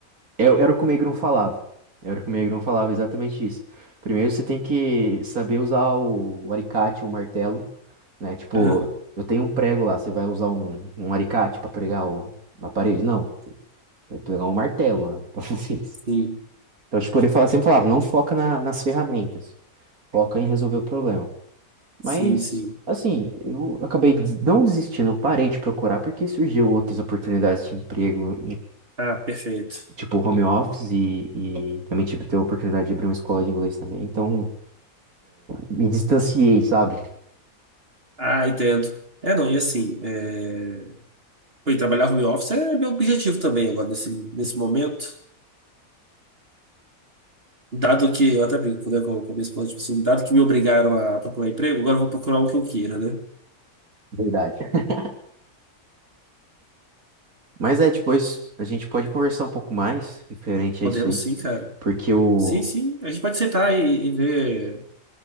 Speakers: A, on the right; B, on the right.
A: Era era o que o Megrão falava. Era o que o Megrão falava, exatamente isso. Primeiro você tem que saber usar o, o alicate, o martelo, né? Tipo,
B: Aham,
A: eu tenho um prego lá, você vai usar um, um alicate pra pregar o, na parede? Não, eu vou pegar um martelo, né? <laughs> Pra fazer isso.
B: sim,
A: Então, tipo, ele fala, sempre falava, não foca na- nas ferramentas, foca em resolver o problema.
B: sim,
A: Mas,
B: sim.
A: assim, eu acabei des- não desistindo, eu parei de procurar porque surgiu outras oportunidades de emprego
B: Ah, perfeito.
A: tipo, home office e, e também tive ter a oportunidade de abrir uma escola de inglês também. Então, me distanciei, sabe?
B: Ah, entendo. É, não, e assim, é... Pô, e trabalhar home office é meu objetivo também agora, nesse, nesse momento. Dado que, eu até brinco, né, com, com a minha esposa, tipo assim, dado que me obrigaram a procurar emprego, agora eu vou procurar o que eu queira, né?
A: Verdade. <laughs> Mas é, depois a gente pode conversar um pouco mais referente
B: Podemos
A: a isso aí,
B: sim, cara.
A: porque o.
B: Sim, sim. A gente pode sentar e, e ver